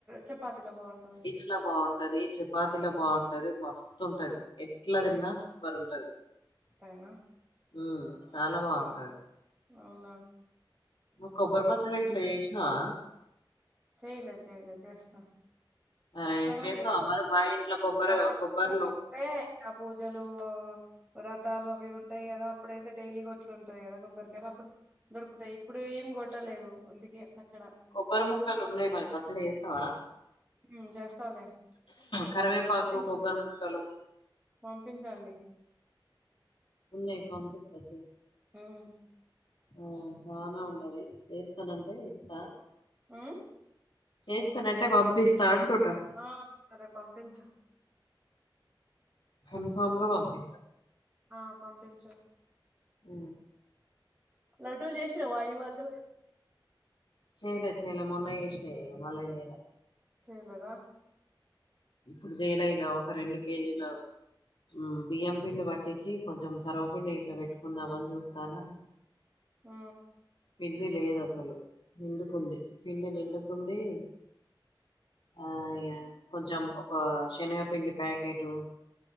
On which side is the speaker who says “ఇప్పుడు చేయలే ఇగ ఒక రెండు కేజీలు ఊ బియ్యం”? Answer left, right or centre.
Left